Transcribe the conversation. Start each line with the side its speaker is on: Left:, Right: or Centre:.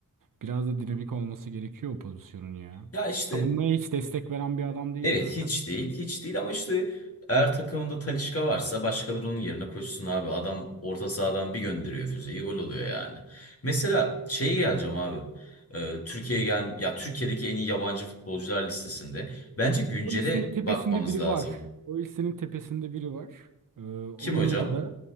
Right: Biraz da dinamik olması gerekiyor o pozisyonun ya.
Left: ya işte
Right: Savunmaya hiç destek veren bir adam değil
Left: Evet
Right: zaten.
Left: hiç değil. Hiç değil ama işte eğer takımında Talisca varsa başkaları onun yerine koşsun abi. Adam orta sahadan bir gönderiyor füzeyi gol oluyor yani. Mesela şeye geleceğim abi. Ee, Türkiye'ye gel ya Türkiye'deki en iyi yabancı futbolcular listesinde bence güncele
Right: O listenin tepesinde
Left: bakmamız
Right: biri
Left: lazım.
Right: var. O listenin tepesinde biri var. Ee, onun
Left: Kim hocam?
Right: adı da